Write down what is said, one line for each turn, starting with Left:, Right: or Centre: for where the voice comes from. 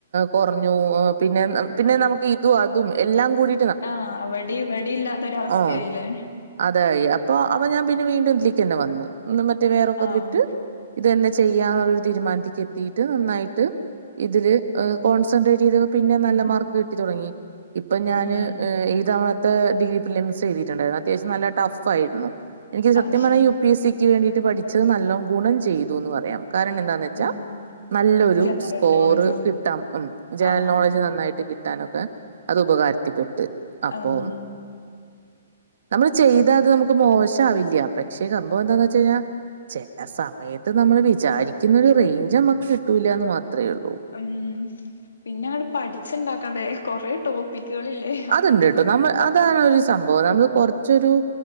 Right: കുറഞ്ഞു പിന്നെ പിന്നെ നമുക്ക് ഇതും അതും എല്ലാം കൂടി
Left: ആഹ അവടി ഇവടി ഇല്ലാത്തൊരവസ്ഥയില്ലേ
Right: ഓ അതായി അപ്പൊ അപ്പം ഞാൻ പിന്നെ വീണ്ടും ഇതിലേക്ക് തന്നെ വന്ന് ഇന്ന് മറ്റേ വേറൊക്കെത്
Left: ആഹ്
Right: വിട്ട് ഇത് തന്നെ ചെയ്യാ എന്നുള്ളരു തീരുമാനത്തേക്ക് എത്തിയിട്ട് നന്നായിട്ട് ഇതില് കോൺസെൻട്രേറ്റ് ചെയ്തപ്പോ പിന്നെ
Left: ഉം
Right: നല്ല മാർക്ക് കിട്ടി തുടങ്ങി ഇപ്പൊ ഞാന്
Left: ഉം
Right: ഈ തവണ ത്തെ ഡിഗ്രി ബില്യൻസ് എഴുതിതിട്ടുണ്ടായിരുന്നു അത്യാവശ്യം നല്ല ടഫ് ആയിരുന്നു എനിക്ക് സത്യം
Left: അത് ശരി
Right: പറഞ്ഞ യു പി എസ് സിക്ക് വേണ്ടിയിട്ട് പഠിച്ചത് നല്ലോണം ഗുണം ചെയ്തു എന്ന് പറയാം കാരണം എന്താ വെച്ചാ
Left: ഉം
Right: നല്ലൊരു
Left: ജനറൽ
Right: സ്കോർ
Left: നോളജോ
Right: കിട്ടാമം ജനറൽ
Left: ആഹ്
Right: നോളജ് നന്നായിട്ട് കി കിട്ടാനൊക്കെ അത് ഉപകാരത്തിപ്പെട്ട് അപ്പോ
Left: ഉം
Right: നമ്മള് ചെയ്താ അത് നമുക്ക് മോശം ആവില്ല പക്ഷെ സംഭവം എന്താന്ന് വെച്ച് കഴിഞ്ഞാൽ ചില സമയത്ത് നമ്മൾ വിചാരിക്കുന്ന ഒരു റേഞ്ച് നമ്മക്ക് കിട്ടൂല്ലാന്ന് മാത്രേള്ളൂ
Left: ഉം പിന്നെ അങ്ങട്ട് പഠിച്ച്ണ്ടാക്കണ്ടേ കൊറെ ടോപ്പിക്ക്കളില്ലേ
Right: അത്ണ്ട്ട്ടോ നമ്മൾ അതാണ് ഒരു സംഭവം നമ്മൾ കൊറച്ചൊരു